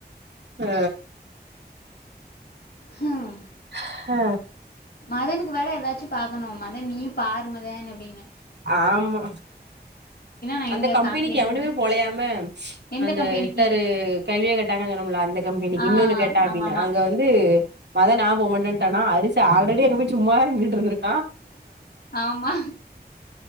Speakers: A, on the right; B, on the left.
A: அ
B: ஹ்ம்
A: ஹ
B: மதனுக்கு வேற எதாச்சு பாக்கணு மதன் நீயு பாரு மதன் அப்டிங்க
A: ஆமா
B: நான்
A: அந்த
B: எங்க
A: கம்பெனிக்கு
B: கம்பெனி
A: எவனுமே
B: கிடவ
A: போலையாமே
B: எந்த
A: அந்த
B: கம்பெனிக்கு?
A: ஹெச் ஆர் கேள்வியா கேட்டாங்க சொல்லுமல்ல அந்த கம்பெனிக்கு
B: ஆ,
A: இன்னொன்னு கேட்டான் அப்டின்
B: ஆமாமா.
A: அங்க வந்து து மதன் நா போமாட்டான்டானா அரிசி ஆல்ரெடி அங்க போய் சும்மாதா நின்னுட்டு இருந்திருக்கு
B: ஆமா